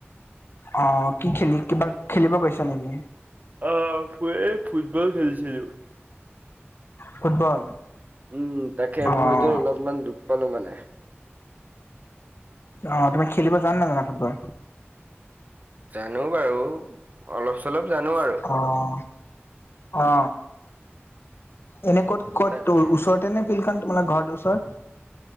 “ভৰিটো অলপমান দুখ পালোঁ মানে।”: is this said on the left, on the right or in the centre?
Right